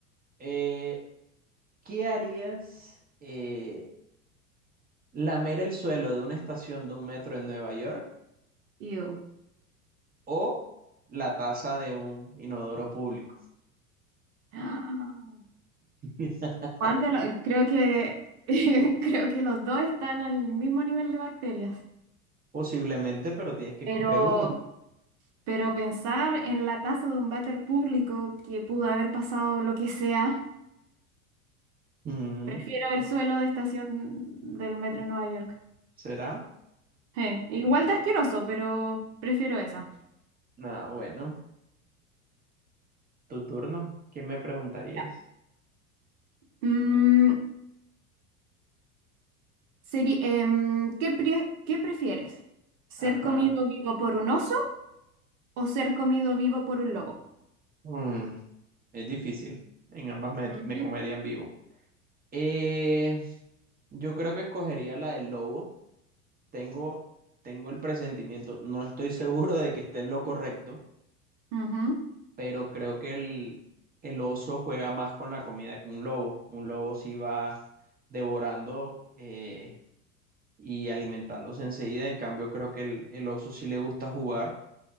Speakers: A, on the right; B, on the right.
A: Eh, ¿qué harías? eh, ¿lamer el suelo de una estación de un metro en Nueva York
B: yo.
A: o la taza de un inodoro público?
B: <gasps>
A: <laughs>
B: ¿Cuál de los? Creo que <laughs> creo que los dos están al mismo nivel de bacterias.
A: Posiblemente, pero tienes que escoger
B: Pero,
A: uno.
B: pero pensar en la taza de un váter público que pudo haber pasado lo que sea,
A: Mm.
B: prefiero el suelo de estación del metro de Nueva York.
A: ¿Será?
B: Eh, igual de asqueroso, pero prefiero esa.
A: Nada, bueno, tu turno. ¿Qué me preguntarías?
B: Ya. Mm, seri- em, ¿qué, pre- qué prefieres? ¿Ser
A: Ajá.
B: comido vivo por un oso o ser comido vivo por un lobo?
A: Mm, es difícil. En ambas me,
B: Ujú.
A: me comerían vivo. Eh, yo creo que escogería la del lobo. Tengo, tengo el presentimiento. No estoy <laughs> seguro de que esté en lo correcto,
B: Ujú.
A: pero creo que el, el oso juega más con la comida que un lobo. Un lobo sí va devorando eh, y alimentándose enseguida. En cambio, creo que el, el oso sí le gusta jugar.